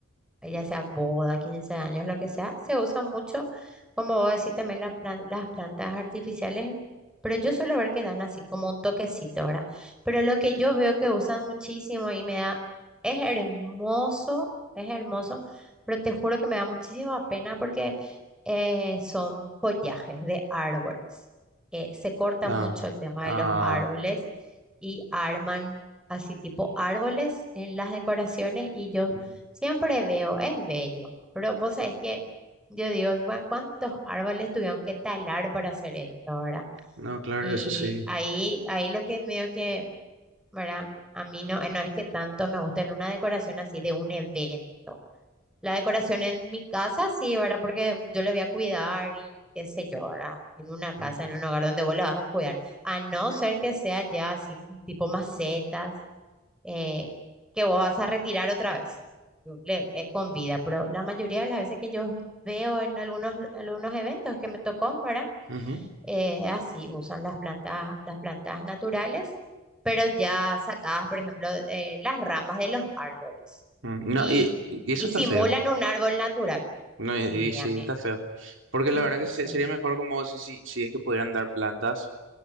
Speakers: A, in the centre; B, on the right.
A: ya sea boda, 15 años, lo que sea, se usa mucho, como vos decís, también las plan- las plantas artificiales, pero yo suelo ver que dan así como un toquecito, ¿verdad? Pero lo que yo veo que usan muchísimo y me da, es hermoso, es hermoso, pero te juro que me da muchísima pena porque eh, son follajes de árboles. Eh, se corta
B: Ah,
A: mucho el tema
B: ah,
A: de los árboles y arman así tipo árboles en las decoraciones y yo
B: mm,
A: Siempre veo, es bello, pero vos sabés que yo digo, "Gua- ¿cuántos árboles tuvieron que talar para hacer esto, ¿verdad?
B: no, claro,
A: Y
B: eso sí.
A: ahí, ahí lo que medio que, ¿verdad? A mí no, no es que tanto me guste en una decoración así de un evento. La decoración en mi casa, sí, ¿verdad? Porque yo le voy a cuidar y qué sé yo, ¿verdad? En una casa,
B: Mm,
A: en un hogar donde vos le vas a cuidar. A no ser que sea ya así, tipo macetas eh, que vos vas a retirar otra vez le- eh, con vida. Pero la mayoría de las veces que yo veo en algunos, algunos eventos que me tocó, ¿verdad?
B: ujú,
A: Eh, así usan las plantas, las plantas naturales, pero ya sacadas, por ejemplo, eh, las ramas de los árboles
B: mm. No,
A: y,
B: y, y- y eso
A: y
B: está
A: simulan
B: feo.
A: un árbol natural.
B: No,
A: Sí,
B: y, y sí,
A: a mí,
B: está feo. Porque
A: <laughs>
B: la verdad que
A: no
B: se-
A: sé,
B: sería mejor como si, si, si es que pudieran dar plantas